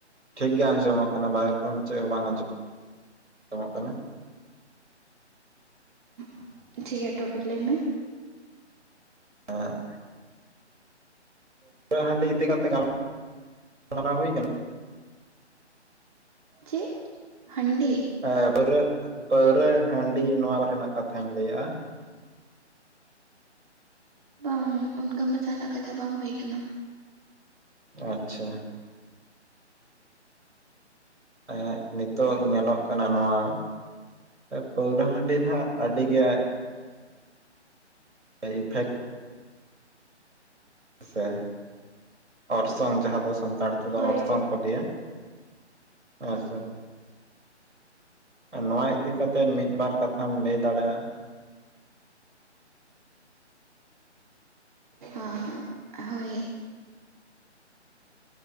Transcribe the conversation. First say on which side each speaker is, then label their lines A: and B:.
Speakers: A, on the right; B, on the right.
A: ᱴᱷᱤᱠ ᱜᱮᱭᱟ ᱟᱧᱡᱚᱢᱚᱠ ᱵᱟᱭᱨ ᱠᱷᱚᱱ ᱪᱮᱫ ᱦᱚᱸ ᱵᱟᱝ ᱟᱸᱡᱚᱢᱸᱡᱚᱢᱚᱜ ᱠᱟᱱᱟ
B: <inaudible> ᱴᱷᱤᱠ ᱜᱮᱭᱟ ᱴᱩᱯᱤᱜ ᱞᱟᱹᱭ ᱢᱮ
A: <inaudible> ᱦᱟᱺᱰᱤ ᱤᱫᱤ ᱠᱟᱛᱮ ᱜᱟᱞ ᱢᱟᱨᱟᱣ ᱦᱩᱭ ᱠᱟᱱᱟ᱾
B: ᱪᱮᱜ ᱦᱟᱺᱱᱰᱤ᱾
A: ᱦᱮᱸ ᱯᱟᱹᱨᱟᱹ ᱯᱟᱹᱣᱨᱟᱹ ᱦᱟᱺᱰᱤ ᱱᱚᱣᱟ ᱠᱚ ᱨᱮᱱᱟᱜ ᱠᱟᱛᱷᱟᱧ ᱞᱟᱹᱭᱟᱜ-ᱟ᱾
B: ᱵᱟᱝ ᱚᱱᱠᱟ ᱢᱟ ᱡᱟᱦᱟ ᱱᱟᱜ ᱠᱟᱛᱷᱟ ᱵᱟᱝ ᱦᱳᱭ ᱠᱟᱱᱟ᱾
A: ᱟᱪᱪᱷᱟ ᱮᱸᱜ ᱱᱤᱛᱚᱜ ᱧᱮᱞᱚᱜ ᱠᱟᱱᱟ ᱱᱚᱣᱟ᱾ ᱯᱟᱹᱣᱨᱟᱹ ᱦᱟᱺᱰᱤᱱ ᱦᱟᱸᱜ ᱟᱹᱰᱤ ᱜᱮ <inaudible> <unintelligible> ᱨᱮ ᱥᱮ ᱚᱨᱥᱚᱝ ᱡᱟᱦᱟᱸ ᱫᱚ ᱥᱟᱱᱛᱟᱲ ᱛᱮ ᱫᱚ
B: ᱦᱳᱭ
A: ᱚᱨᱥᱚᱝ᱾ <unintelligible> ᱱᱚᱣᱟ ᱤᱫᱤ ᱠᱟᱛᱮᱜ ᱢᱤᱫ ᱵᱟᱨ ᱠᱟᱛᱷᱟᱢ ᱞᱟᱹᱭ ᱫᱟᱲᱮᱭᱟ ᱾
B: ᱦᱚᱸ ᱦᱳᱭ